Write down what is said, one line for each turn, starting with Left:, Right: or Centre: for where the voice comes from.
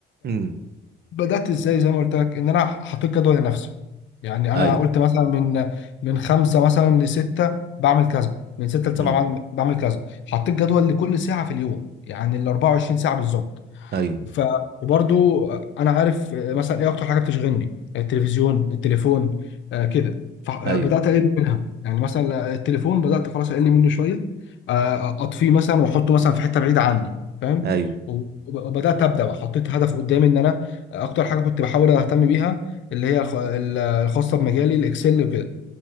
Right: امم
Left: فبدات ازاي زي ما قلت لك ان انا حطيت جدول لنفسي يعني
Right: ايوه
Left: انا قلت مثلا من من خمسه مثلا لسته بعمل كذا من سته لسبعه
Right: امم
Left: بعمل بعمل كذا حطيت جدول لكل ساعه في اليوم يعني ال 24 ساعه بالظبط
Right: ايوه
Left: ف وبرضو انا عارف آه، مثلا ايه اكتر حاجه بتشغلني التلفزيون التليفون آه كده فبدات
Right: ايوه
Left: اقل منها يعني مثلا التليفون بدات خلاص اقل منه شويه آه، اطفيه مثلا واحطه مثلا في حته بعيده عني فاهم
Right: ايوه
Left: وب- وبدات ابدا بقى حطيت هدف قدامي ان انا اكتر حاجه كنت بحاول اهتم بيها اللي هي الخ- ال- الخاصه بمجالي الاكسل وكده